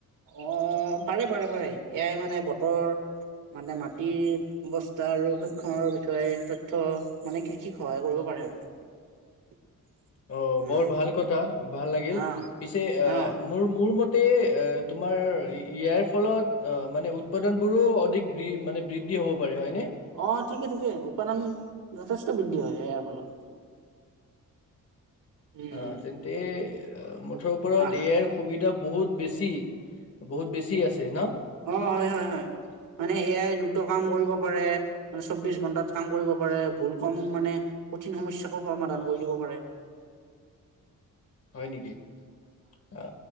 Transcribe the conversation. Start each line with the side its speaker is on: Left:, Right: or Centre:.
Right: অ পাৰে পাৰে পাৰে এ আয়ে মানে বতৰ মানে মাটিৰ অৱস্থা আৰু সক্ষণৰ বিষয়ে তথ্য মানে কৃষিক সহায় কৰিব পাৰে আৰু
Left: অ বৰ
Right: উম,
Left: ভাল কথা। ভাল লাগিল
Right: অ
Left: পিছে
Right: অ
Left: মোৰ মোৰ মতে তে তোমাৰ ইয়াৰ ফলত অ মানে উৎপাদন বোৰো অধিক মানে বৃদ্ধি হ'ব পাৰে হয়নে?
Right: অ ঠিকে ঠিকে উৎপাদন যথেষ্ট বৃদ্ধি হয়। এয়াৰ ফলত। উম
Left: অ তেন্ত অ মোৰ ওপৰত
Right: অ
Left: এ আই সুবিধা বহুত বেছি বহুত বেছি আছে ন।?
Right: অ হয় হয় হয় মানে এ আই দ্ৰুত কাম কৰিব পাৰে মানে চৌবিচ ঘন্টাত কাম কৰিব পাৰে, ভুল কম মানে কঠিন সমস্যাকো সমাধান কৰি দিব পাৰে।
Left: হয় নেকি অ